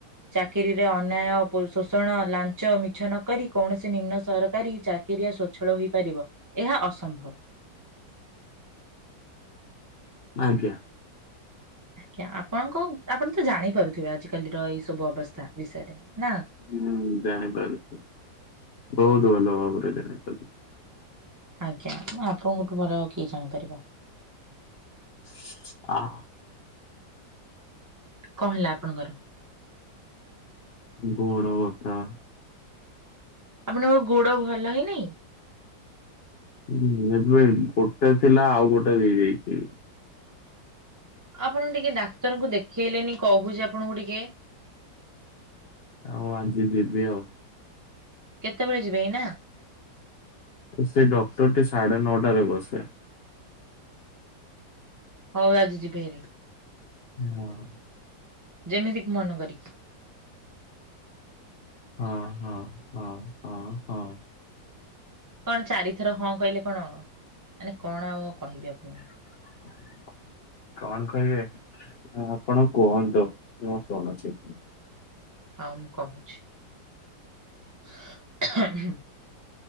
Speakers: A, on the right; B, on the left.
A: ଚାକିରୀରେ ଅନ୍ୟାୟ ଶୋଷଣ ଲାଞ୍ଚ ମିଛ ନକରି କୌଣସି ନିମ୍ନ ସରକାରୀ ଚାକିରିଆ ସ୍ଵଚ୍ଛଳ ହୋଇପାରିବ- ଏହା ଅସମ୍ଭବ
B: ଆଜ୍ଞା
A: ଆଜ୍ଞା ଆପଣଙ୍କ ଆପଣ ତ ଜାଣିପାରୁଥିବେ ଆଜି କାଲିର ଏଇ ସବୁ ଅବସ୍ଥା ବିଷୟରେ ନା
B: ହୁଁ ଜାଣିପାରୁଛି ବହୁତ ଭଲ ଭାବରେ ଜାଣିପାରୁ-
A: ଆଜ୍ଞା ଆପଣଙ୍କଠୁ ଭର ଆଉ କିଏ ଜାଣିପାରିବ
B: <inaudible> ଅଁ
A: କଁ ହେଲା ଆପଣଙ୍କର?
B: ଗୋଡ ବଥା -
A: ଆପଣଙ୍କ ଗୋଡ ଭଲ ହେଇ ନାଇଁ
B: ଁ ଯେବେ ଗୋଟେ ଥିଲା ଆଉ ଗୋଟେ ହେଇଯାଇଛି
A: ଆପଣ ଟିକେ ଡାକ୍ତରଙ୍କୁ ଦେଖେଇଲେନି କହୁଛି ଆପଣଙ୍କୁ ଟିକେ
B: ହଉ ଆଜି ଯିବି ଆଉ
A: କେତେବେଳେ ଯିବେ ଏଇନା
B: ସେ ଡକ୍ଟରଟି ସାଢେ ନଅଟାରେ ବସେ
A: ହଉ ଆଜି ଯିବେ ହେରି
B: ହଁ
A: ଯେମିତିକି ମନ କରିକି-
B: ହଁ ହଁ। ହଁ। ହଁ ହଁ
A: କଣ ଚାରିଥର ହଁ କହିଲେ କଣ ମାନେ କଣ ଆଉ କହିବି ଆପଣଙ୍କୁ।
B: ହ <inaudible> କଣ କହିବେ ଆପଣ କୁହନ୍ତୁ ମୁଁ ଶୁଣୁଚି।
A: ହଁ ମୁଁ କହୁଛି। <inaudible>